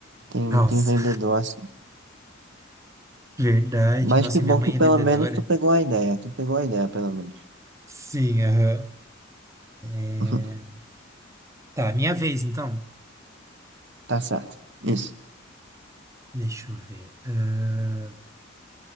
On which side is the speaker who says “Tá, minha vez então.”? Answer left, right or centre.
Right